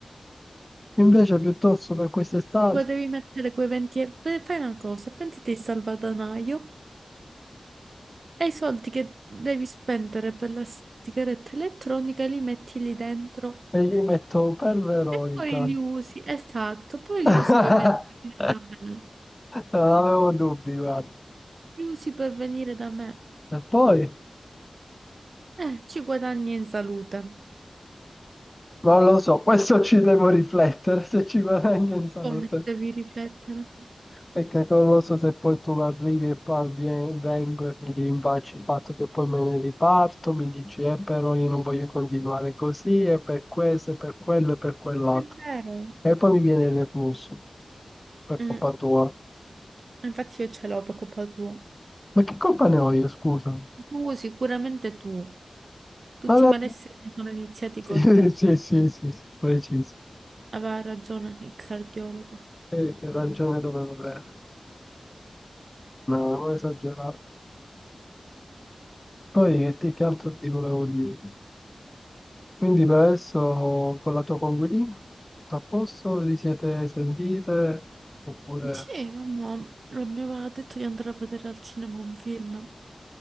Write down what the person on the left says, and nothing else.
Invece piuttosto per quest'estate
eh, gli metto per Veronica.
<laughs>
Non avevo dubbi, guarda.
E poi,
non lo so, questo ci devo riflettere se ci guadagno in salute.
Perché non lo so se poi tu arrivi e poi vien- vengo e mi rimpacci il fatto che poi me ne riparto, mi dici, eh, però io non voglio continuare così, e per questo, e per quello, e per quell'altro.
E poi mi viene il reflusso. per
colpa tua.
Ma che colpa ne ho io, scusa?
Ma la-
Sì,
<laughs>
sì, sì, sì, sì, preciso.
Che, che ragione dovevo avere? No, ho esagerato. Poi che, ti- che altro ti volevo dire? Quindi per adesso con la tua coinquilina, tutto a posto, vi siete sentite? Oppure